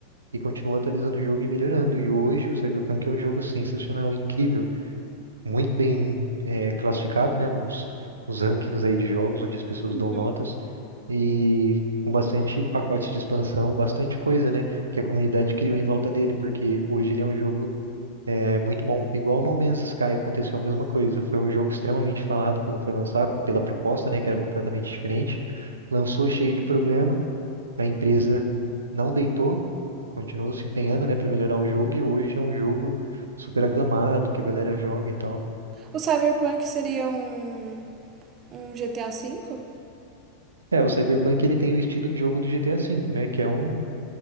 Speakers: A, on the right; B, on the right.
A: e continuou atualizando o jogo e melhorando. E hoje o Cyberpunk é um jogo sensacional, incrível, muito bem é, classificado, né? Nos, nos rankings aí de jogos, onde as pessoas
B: Uhum.
A: dão notas e com bastante pacote de expansão, bastante coisa, né? Que a comunidade criou em volta dele, porque hoje ele é um jogo é muito bom. Igual No Man's Sky aconteceu a mesma coisa. Foi um jogo extremamente falado quando foi lançar, pela proposta, né, que era completamente diferente. Lançou cheio de problema, a empresa não deitou, continuou se empenhando, né, para melhorar o jogo e hoje é um jogo super aclamado, que a galera joga e tal.
B: O Cyberpunk seria um, um GTA cinco?
A: É, o Cyberpunk ele tem o estilo de jogo do GTA V, né, que é um